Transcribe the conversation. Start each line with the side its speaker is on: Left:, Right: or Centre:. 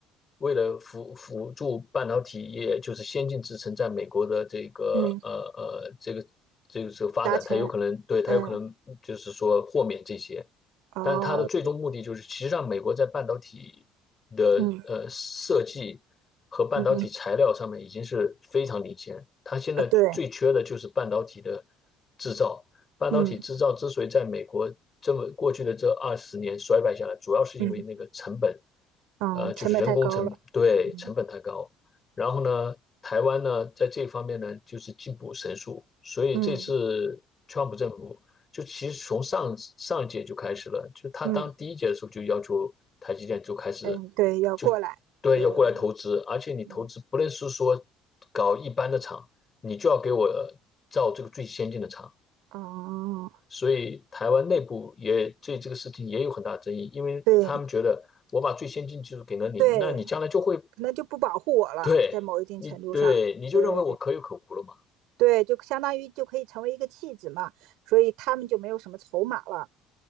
Left: 为了辅辅助半导体业，就是先进制程在美国的这个呃呃这个这个这个发展，
Right: 嗯，达成，
Left: 它有可能对它有可能就是说豁免这些。
Right: 嗯哦，
Left: 但是它的最终目的就是，其实上美国在半导体的呃设计和半导体材料上面已经是非常领先。
Right: 嗯嗯
Left: 它现在最缺的就是半导体的
Right: 啊对，
Left: 制造。半导体制造之所以在美国这么过去的这二十年衰败下来，
Right: 嗯
Left: 主要是因为那个成本，
Right: 嗯嗯，
Left: 呃，就是人工成本，
Right: 成本太高了。
Left: 对，
Right: 嗯
Left: 成本太高。然后呢，台湾呢在这方面呢就是进步神速，所以这次川普政府就其实从上上一届就开始了，
Right: 嗯
Left: 就他当第一届的时候就要求台积电就开始
Right: 嗯嗯，对，要过来，
Left: 就对要过来投资，
Right: 对，要
Left: 而且你投资不论是说搞一般的厂，
Right: 嗯。
Left: 你就要给我造这个最先进的厂。
Right: 哦，
Left: 所以台湾内部也对这个事情也有很大争议，因为他们觉得我把最先进技术给了你，
Right: 对对，
Left: 那你将来就会
Right: 那就不保护我了，
Left: 对你对你就认为我可有可无了嘛？
Right: 在某一定程度上，对对，就相当于就可以成为一个弃子嘛，所以他们就没有什么筹码了。